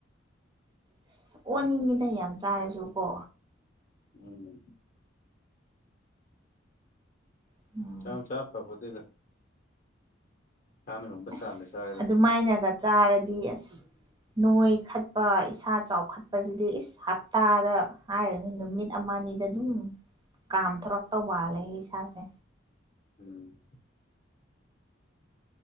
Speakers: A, on the right (about 25°); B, on the left (about 45°).
A: ꯑꯁ ꯑꯣꯅꯤꯡꯉꯤꯗ ꯌꯥꯝ ꯆꯥꯔꯁꯨ ꯀꯣ꯫
B: ꯎꯝ
A: <inaudible>
B: ꯌꯥꯝ ꯆꯥ ꯐꯄꯣꯇꯦꯗ꯫ ꯉꯝꯕ
A: ꯑꯁ
B: ꯆꯥꯡꯗ ꯆꯥꯒꯗꯕꯅꯤ
A: ꯑꯗꯨꯃꯥꯏꯅꯒ ꯆꯥꯔꯗꯤ ꯑꯁ ꯅꯣꯏꯈꯠꯄ ꯏꯁꯥ ꯆꯥꯎꯈꯠꯄꯖꯤꯗꯤ ꯏꯁ ꯍꯞꯇꯥꯗ ꯍꯥꯏꯔꯅꯤ ꯅꯨꯃꯤꯠ ꯑꯃꯥ ꯅꯤꯗ ꯑꯗꯨꯝ ꯀꯥꯝꯊꯣꯔꯛꯇꯧ ꯃꯥꯜꯂꯦ ꯏꯁꯥꯁꯦ꯫
B: ꯎꯝ